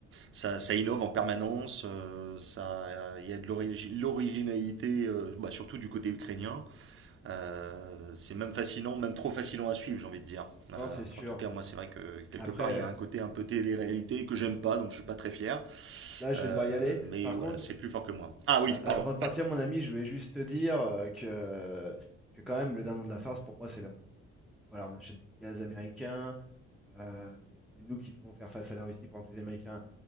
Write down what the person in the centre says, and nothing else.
Non,
c'est
sûr.
Après,
là, je
vais devoir y aller.
Par
contre,
a-
avant
de partir, mon ami, je voulais juste te dire euh, que, que quand même, le dindon de la farce, pour moi, c'est l'Europe. Voilà, on achète du gaz américain. euh, c'est nous qui devons faire face à la Russie pendant que les Américains